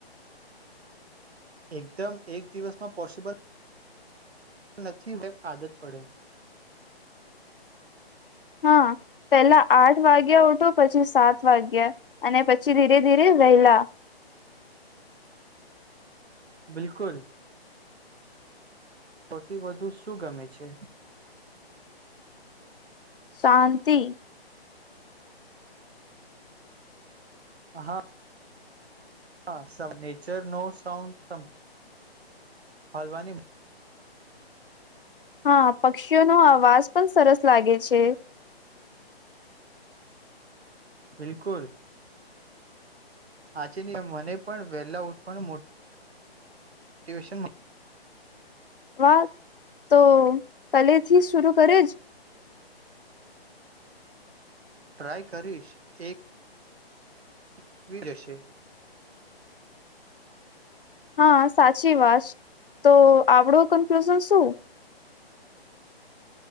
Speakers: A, on the right; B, on the left.
A: એકદમ એક દિવસમાં પોસિબલ નથી હોય આદત પડે
B: હા પેલા આઠ વાગ્યા ઉઠો પછી સાત વાગ્યા અને પછી ધીરે ધીરે વેલા
A: બિલકુલ સૌથી વધુ શું ગમે છે.
B: શાંતિ
A: હા હા સમ નેચર નો સાઉન્ડ સમ હાલવાની
B: હા પક્ષીઓનો અવાજ પણ સરસ લાગે છે.
A: બિલકુલ આજે મને પણ વેલા ઉઠવાનું મોટીવેશન
B: વાહ તો કાલે થી શરુ કરેજ
A: ટ્રાય કરીશ એ જીતવી જશે
B: હા સાચી વાત તો આવડું કન્ફ્યુઝન શું